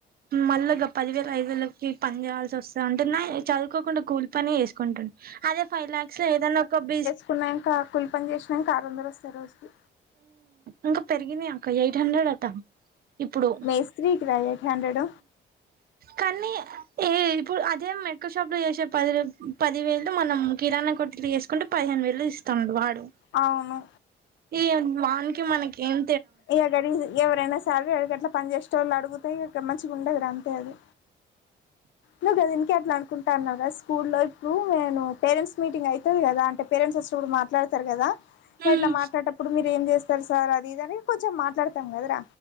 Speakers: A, on the right; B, on the left.
A: మళ్ళీ పదివేల ఐదు వేలకి పని చేయయాల్సి వస్తు <unintelligible> చదువుకోకుండా కూలి పనే <unintelligible> అదే ఫైవ్ లాక్స్ ఏదనా ఒక బి
B: <unintelligible> కూల్ పని చేసినాక ఆరు వందలు వస్తయీ రోజుకి
A: ఇంకా పెరిగినాయి అక్క ఎయిట్ హండ్రెడ్ అట్టా ఇప్పుడు
B: మేస్త్రీకి రా ఎయిట్ హండ్రెడ్
A: కానీ ఏ ఇప్పుడు అదే మెడికల్ షాప్ లో చేసే పది పది వేలు మనం కిరాణా కొర్ తీసు <unintelligible> పదిహేను వేలు ఇస్తుడు వాడు
B: అవును
A: ఈ వానికి మనకి ఎం
B: ఇ గడి ఎవరైనా సరే ఎరి గట్లా పని చేసే వాళ్ళు అడుగుతా ఇ మంచిగాగుండే అడ అంతే అది నువ్వు కద ఇంక అట్ల అనుకుంటా అన్నా కా స్కూల్లో ఇప్పుడు నేను పేరెంట్స్ మీటింగ్ అవుతుంది కదా అంటే పేరెంట్స్ <unintelligible> కూడా మాట్లాడతారు కదా
A: మ్మ్
B: ఇట్ల మాట్ల <unintelligible> ఇప్పుడు మీరు ఏం చేస్తారు సార్ అది ఇది అని కొంచెం మాట్లాడతాం కదర